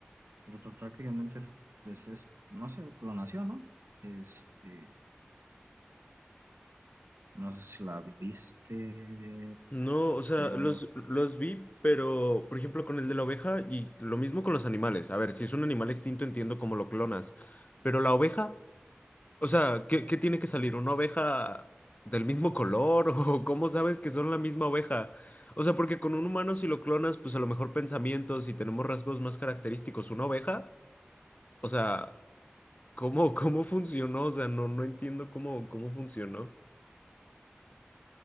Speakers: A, on the right; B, on the left.
A: Pero pues prácticamente es, pues, es, no sé, clonación, ¿no? Este, no sé si la viste,
B: No, o sea,
A: que era,
B: los, los vi, pero por ejemplo con el de la oveja y lo mismo con los animales. A ver, si es un animal extinto entiendo cómo lo clonas, pero la oveja... O sea, ¿qué, qué tiene que salir? ¿Una oveja del mismo color? <laughs> ¿O cómo sabes que son la misma oveja? O sea, porque con un humano si lo clonas, pues a lo mejor pensamientos y tenemos rasgos más característicos. ¿Una oveja? O sea, ¿cómo, cómo funcionó? O sea, no, no entiendo cómo, cómo funcionó.